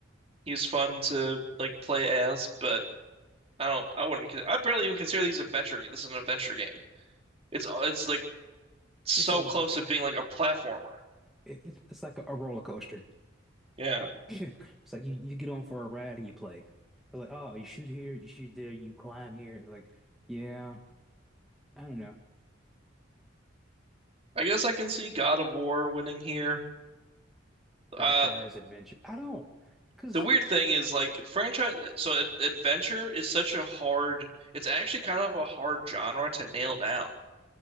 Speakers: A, on the right; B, in the centre.
A: He was fun to like play as, but I don't I wouldn't con- I barely even consider these adventure game. This is an adventure game. It's it's like so
B: It's a what
A: close to being like a platformer.
B: it, it's it's like a roller coaster.
A: Yeah.
B: <laughs> It's like you, you get on for a ride and you play. They're like, oh, you shoot here, you shoot there, you climb here. It's like, yeah, I don't know.
A: I guess I can see God of War winning here.
B: Franchise
A: Uh
B: adventure. I don't, because
A: The weird thing is like franchise so ad adventure is such a hard it's actually kind of a hard genre to nail down